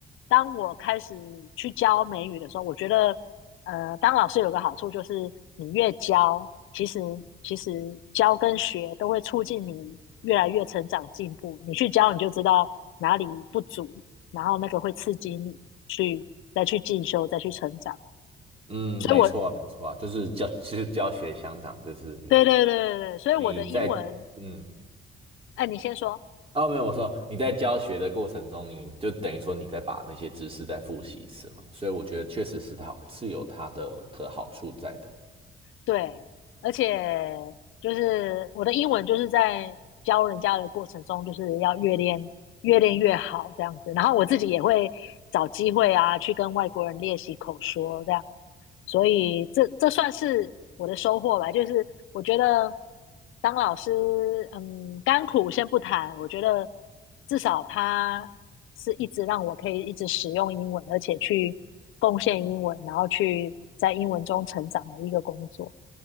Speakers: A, on the left; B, on the right.
A: 当我开始去教美语的时候，我觉得，呃，当老师有个好处就是，你越教，其实其实教跟学都会促进你越来越成长进步。你去教，你就知道哪里不足，然后那个会刺激你去再去进修，再去成长。
B: 嗯，
A: 所以我，
B: 没错啊，没错啊，就是教，其实教学相长，就是你
A: 对对对对对，所以我的英文，
B: 你在嗯，
A: 哎，你先说。
B: 哦，没有，我说你在教学的过程中，你就等于说你再把那些知识再复习一次嘛，所以我觉得确实是好，是有它的的好处在的。
A: 对，而且就是我的英文就是在教人家的过程中，就是要越练越练越好这样子。然后我自己也会找机会啊，去跟外国人练习口说这样。所以这这算是我的收获吧。就是我觉得当老师，嗯，甘苦先不谈，我觉得至少他是一直让我可以一直使用英文，而且去贡献英文，然后去在英文中成长的一个工作。